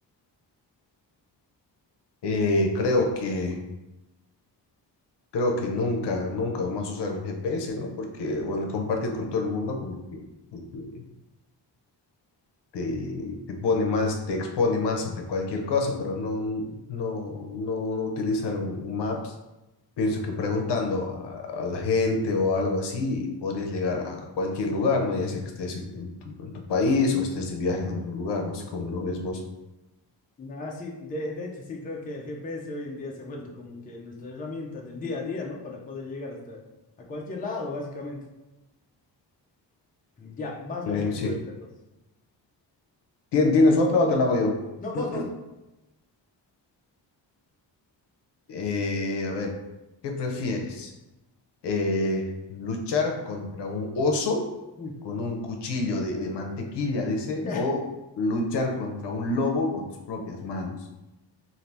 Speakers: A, on the left; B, on the left.
A: eh, creo que creo que nunca, nunca más usar un GPS, ¿no? Porque, bueno, compartir con todo el mundo como que como que te, te pone más, te expone más ante cualquier cosa, pero no, no, no, no utilizar un, un Maps. Pienso que preguntando a, a la gente o algo así, podrías llegar a a cualquier lugar, ¿no? Ya sea que estés en, en tu, en tu país o estés de viaje en algún lugar, no sé cómo lo ves vos.
B: Ah, sí, de, de hecho, sí, creo que el GPS hoy en día se ha vuelto como que nuestra herramienta del día a día, ¿no? Para poder llegar hasta a cualquier lado, básicamente. Ya, vamos
A: Muy
B: con la
A: bien,
B: siguiente
A: sí.
B: pregunta entonces.
A: ¿Tien- ¿Tienes otra o te la hago yo?
B: No, vos,
A: <clears throat>
B: vos.
A: Eh, a ver, ¿qué prefieres? eh, luchar contra un oso
B: Uy.
A: con un cuchillo de, de mantequilla, dice,
B: <laughs>
A: o luchar contra un lobo con tus propias manos.